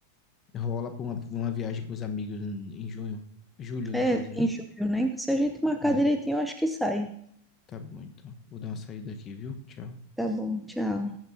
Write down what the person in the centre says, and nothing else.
É
em
julho, né? Se a gente marcar
direitinho, eu acho que sai.
Tá bom, tchau.